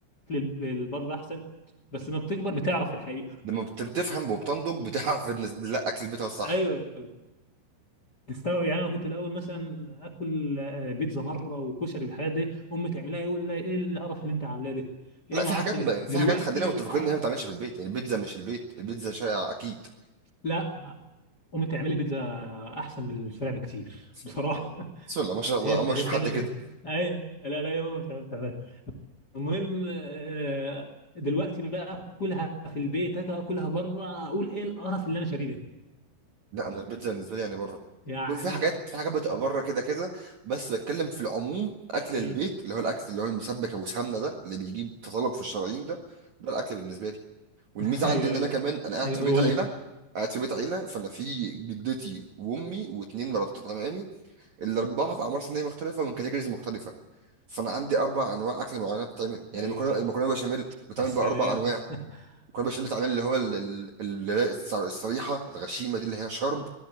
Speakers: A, on the left (about 30°); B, on the right (about 55°).
A: الب- البر احسن بس لما بتكبر بتعرف الحقيقة
B: لما بت- بتفهم وبتنضج بتعرف ان لا اكل البيت هو الصح
A: ايوه بتستوعب يعني انا كنت الاول مثلا اكل آه، بيتزا بره وكشري والحاجات دي امي تعملها يقول لي ايه القرف اللي انت عاملاه ده ايه
B: لا
A: ما
B: في
A: اعرفش
B: حاجات
A: ايه
B: في
A: دلوقتي
B: حاجات خلينا متفقين
A: آه،
B: ان هي ما بتتعملش في البيت يعني البيتزا مش البيت البيتزا شائعه اكيد
A: لا امي بتعمل البيتزا احسن من الفرع بكتير
B: بسم
A: بصراحه
B: الله ما شاء الله
A: <laughs>
B: بسم الله ما شاء الله
A: هي
B: اول
A: هي
B: مره اشوف
A: بتعمل
B: حد كده
A: ايوه لا لا يا ماما بتعمل بتعمل. المهم آه، دلوقتي بقى اكلها في البيت أجي اكلها بره اقول ايه القرف اللي انا شاريه ده
B: لا انا البيتزا بالنسبه لي يعني بره
A: يعني
B: في حاجات في حاجات بتبقى بره كده كده بس بتكلم في العموم اكل
A: مم.
B: البيت اللي هو الاكل اللي هو المسبك ابو سمنه ده اللي بيجيب تطلب في الشرايين ده ده الاكل بالنسبه لي والميزه
A: <laughs> ايوه
B: عندي ان
A: ايوه
B: انا كمان انا قاعد
A: ايوه
B: في
A: اقول
B: بيت عيله قاعد في بيت عيله فانا في جدتي وامي واتنين مرات عمامي الاربعه في اعمار سنيه مختلفه من كاتيجوريز مختلفه فانا عندي اربع انواع اكل معينه بتتعمل يعني
A: ايوه
B: المكرونه المكرونه بشاميل بتتعمل
A: السلام
B: باربع انواع
A: <laughs>
B: المكرونه بشاميل بتتعمل اللي هو ال- ال- ال- الصر- الصريحه الغشيمه دي اللي هي شرب